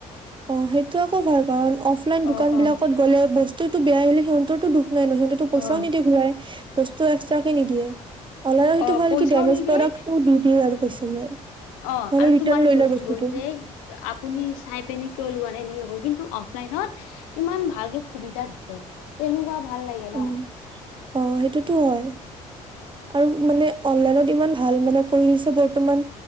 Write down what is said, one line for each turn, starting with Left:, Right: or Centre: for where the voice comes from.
Right: অ সেইটো আকৌ ভাল। কাৰণ অফলাইন দোকান
Left: অ অ
Right: বিলাকত গ'লে বস্তুতটো বেয়া আহিলে সিহঁতৰটো দুখ। নাই নহ সিহঁতেটো পইচাও
Left: অ
Right: নিদিয়ে ঘূৰাই। বস্তু এক্সট্ৰাকে নিদিয়ে অল সিটো
Left: অ
Right: ভাল
Left: পইচাও
Right: যে ডেমেজ
Left: নিদিয়ে
Right: প্ৰডাক্টটো দি দিয়ে আৰু। পইচা ঘূৰাই।
Left: অ
Right: নহ'লে
Left: আৰু
Right: ৰিটাৰ্ণ
Left: তোমাৰ
Right: লৈ
Left: দোষ
Right: লয় বস্তুটো
Left: দিব যে আপুনি চাই পিনে। লোৱা নাই এনেকে কব কিন্তু অফলাইনত ইমান ভালকে সুবিধা দিছে তেনেকুৱা। ভাল লাগে ন
Right: উম অ সেইটোতো হয়। আৰু মানে অনলাইনত ইমান ভাল মানে কৰি দিছে বৰ্তমান